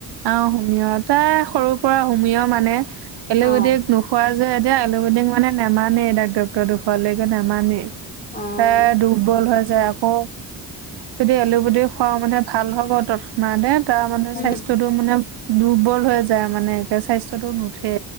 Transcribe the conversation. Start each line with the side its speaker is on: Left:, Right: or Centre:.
Right: অহ সমিয় তাই সৰুৰ পৰা হুমীয়া মানে এলুবেদিক
Left: অ',
Right: নোখোৱা যে এতিয়া এলুবেদিক মানে নামানেই ডাক ডক্টৰ দেখুৱালে নামানেই।
Left: অ',
Right: তাই দুুৰ্বল হৈ যায় আকৌ যদি এলুবেটি খুৱও মানে ভাল হ'ব তৎক্ষণাতে। ত মানে
Left: উম,
Right: স্বাস্থ্যয়টো মানে দুৰ্বল হৈ যায় মানে একে স্বাস্থ্যটো নুঠে।